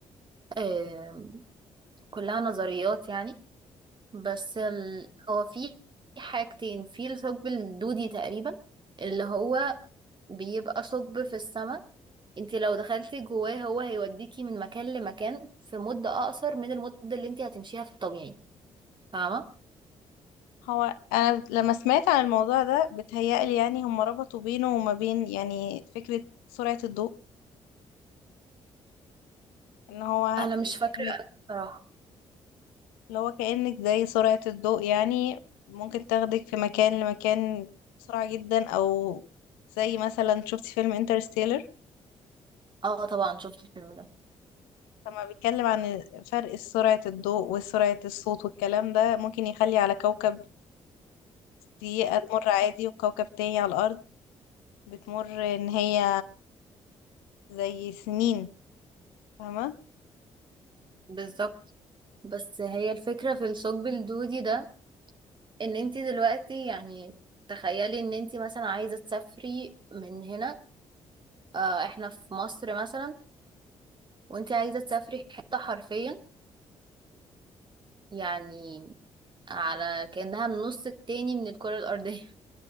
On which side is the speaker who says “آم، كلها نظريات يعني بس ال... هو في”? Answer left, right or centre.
Right